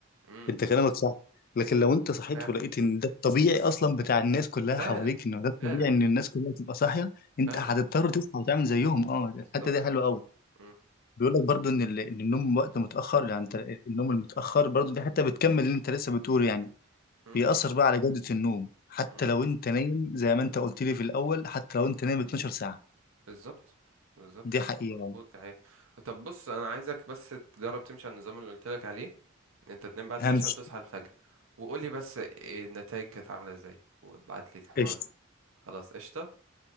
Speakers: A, on the right; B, on the left.
A: امم
B: انت كلامك صح لكن لو انت صحيت
A: فعلا
B: ولقيت ان ده الطبيعي اصلا بتاع الناس كلها
A: فعلا
B: حواليك انه ده الطبيعي
A: فعلا
B: ان الناس كلها تبقى صاحيه انت
A: فعلا
B: هتضطر تصحى وتعمل زيهم اه الحته
A: بالظبط
B: دي حلوه قوي
A: مم.
B: بيقول لك برضو ان ال- ان النوم وقت متاخر يعني انت النوم المتاخر برضو دي حته بتكمل اللي انت لسه بتقوله يعني
A: مم.
B: بيأثر بقى على جوده النوم حتى
A: مم.
B: لو انت نايم زي ما انت قلت لي في الاول حتى لو انت نايم 12 ساعه
A: بالظبط بالظبط
B: دي حقيقه
A: مظبوط ده حقيقي طب بص انا عايزك بس تجرب تمشي على النظام اللي قلت لك عليه ان انت تنام بعد
B: همشي
A: العشاء وتصحى الفجر وقول لي بس إيه النتائج كانت عامله ازاي وابعت لي الحوار
B: قشطه
A: ده خلاص قشطه